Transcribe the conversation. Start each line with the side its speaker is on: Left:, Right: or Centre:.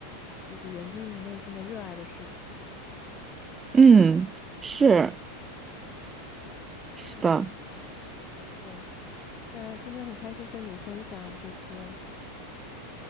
Left: 就是源自于你内心的热爱的事情。
Right: 嗯，是是的。
Left: 嗯，对，那今天很开心跟你分享这些。